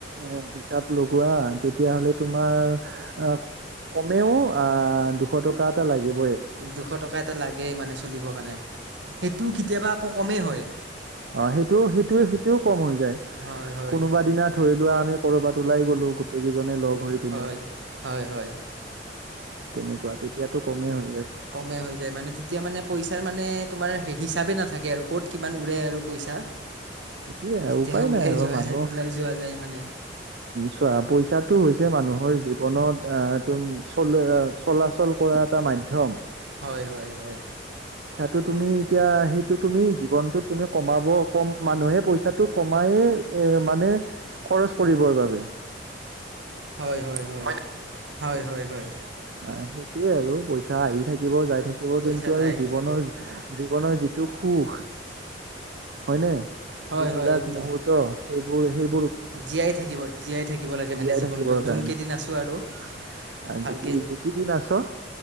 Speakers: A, on the right; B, on the right.
A: এ হিচাপ লগোৱা তেতিয়াহলে তোমাৰ অহ। কমেওঁ অ দুশ টকা এটা লাগিব।
B: দুশ টকা এটা লাগেই মানে চলিব কাৰণে সেইটো কেতিয়াবা আকৌ কমেই হয়।
A: অ সেইটোৱে সেইটোৱে সেইটোও কম হৈ যায়
B: হয় হয়
A: কোনোবা দিনা ধৰি লোৱা আমি। কৰ'বাত ওলাই গলোঁ গোটেইজনে লগ। হৈ পিনে
B: হয় হয় হয়।
A: তেনেকুৱা তেতিয়াতো কমেই হয়।
B: কমে হৈ যায় মানে তেতিয়া মানে পইচাৰ মানে তোমাৰ হিচাপে নাথাকে। থাকে আৰু ক'ত কিমান উৰে আৰু পইচা।
A: সেইটোয়ে আৰু
B: যেতিয়া
A: উপায় নাই
B: ওলাই
A: আৰু
B: যোৱা
A: মানুহ
B: ওলাই যোৱা যায় মানে
A: চোৱা পইচাটো হৈছে। এইটোয়ে মানুহৰ জীৱনত আহ তম চল চলাচল কৰা এটা মাধ্যম।
B: হয় হয় হয়।
A: ত তুমি এতিয়া সেইটো তুমি জীৱনতোত তুমি কমাব কম। মানুহে পইচাটো কমাই এ মানে খৰচ কৰিবৰ বাবে।
B: হয়- হয় -হয় -হয় - হয় -হয় - হয়
A: হয়, সেইটোয়ে আৰু পইচা আহি থাকিব যাই থাকিব
B: পইচা
A: কিন্তু আৰু
B: যাই
A: জীৱনৰ-
B: থাকিব
A: জীৱনৰ যিটো যিটো সুখ হয় নে
B: হয়
A: যিবিলাক
B: হয় একদম
A: মুহুৰ্ত সেইবোৰ সেই
B: জীয়াই থাকিব -জীয়াই থাকিব লাগে
A: জীয়াই
B: মানে জীৱনটোত
A: থাকিবৰ
B: যোন
A: কাৰণে
B: কেইদিন আছো আৰু
A: আহ
B: ভাল
A: যি কেইদিন আছ